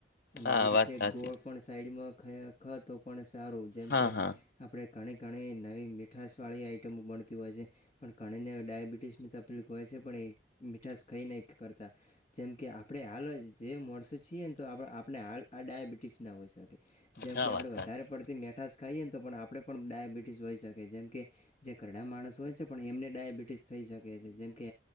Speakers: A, on the left (about 35°); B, on the left (about 55°).
A: અને
B: હા
A: એવી રીતે
B: વાત સાચી
A: ગોળ પણ. ઈડ માં ખાયા ખ તો પણ સારું જેમ
B: હા
A: કે
B: હા
A: આપણે. ઘણી ઘણી નવી મીઠશવાળી આઇટમો બણતી હોય છે પણ ઘણીને ડાયાબિટીસની તકલીફ હોય છે. જ પણ એ મીઠાશ ખાઈ નહી કરતા જેમ કે આપણે હાલ જ જે મળસો છીએ ને તો આપણા. આપણે હાલ આ ડાયાબિટીસ ના હોઈ શકે જેમ
B: હા
A: કે આપણે
B: વાત
A: વધારે
B: સાચી
A: પડતી મેઠાશ ખાઈએને તો પણ આપણે પણ ડાયાબિટીસ હોય શકે જેમ કે જે ઘરડા માણસ હોય છે પણ એમને ડાયાબિટીસ થઈ. શકે છે જેમ કે